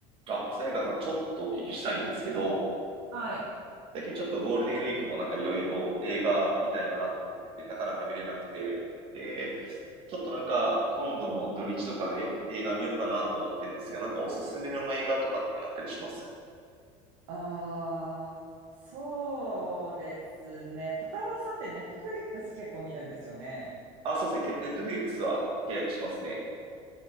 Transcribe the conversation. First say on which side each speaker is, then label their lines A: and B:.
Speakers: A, on the right; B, on the right.
A: あ、さやかさん、ちょっとお聞きしたいんですけど、
B: はい。
A: 最近ちょっとゴールデンウィークもなんかいろいろ映画見たいなと思ってて、なかなか見れなくて、で、ちょっとなんか今度の土日とかで映画見ようかなと思ってるんですけど、なんかおすすめの映画とかってあったりします
B: ああ、そうですね。小太郎さんってネットフリックス結構見るんですよね。
A: あ、そうですね。ネットフリックスは契約しますね。